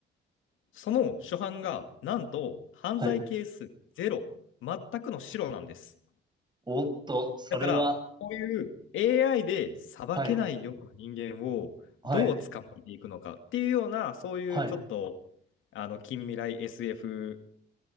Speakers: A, on the left; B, on the right.
A: その初犯が、なんと、犯罪係数ゼロ、
B: はい。
A: 全くの白なんです。
B: おっと、それは、
A: だから、こういう AI で裁けないような人間をどう捕まえていくのかっていうような、
B: はい、はい、
A: そういうちょっと、
B: はい。
A: あの、近未来 SF